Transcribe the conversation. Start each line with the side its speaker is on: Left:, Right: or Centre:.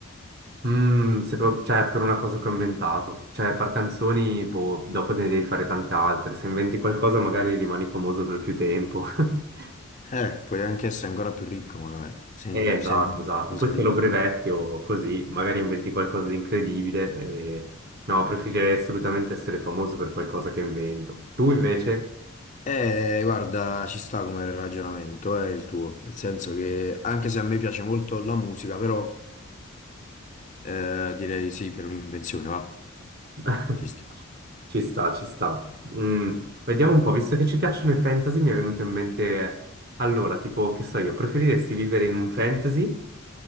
Right: Mm, seco- cioè, per una cosa che ho inventato. Cioè, far canzoni, boh, dopo ne devi fare tante altre. Se inventi qualcosa, magari rimani famoso per più tempo. <laughs>
Left: Eh, puoi anche essere ancora più ricco magari, se,
Right: Eh, esatto,
Left: se inventi
Right: esatto.
Left: qualcosa
Right: Poi se
Left: di...
Right: lo brevetti o così, magari inventi qualcosa di incredibile. e- No, preferirei assolutamente essere famoso per qualcosa che invento. Tu invece?
Left: Eh, guarda, ci sta come ragionamento, è il tuo, nel senso che anche se a me piace molto la musica, però... Eh, direi sì, per un'invenzione, va.
Right: <laughs>
Left: Ci sta.
Right: Ci sta, ci sta. Mm, vediamo un po', visto che ci piacciono i fantasy, mi è venuto in mente... Allora, tipo, che so io, preferiresti vivere in un fantasy?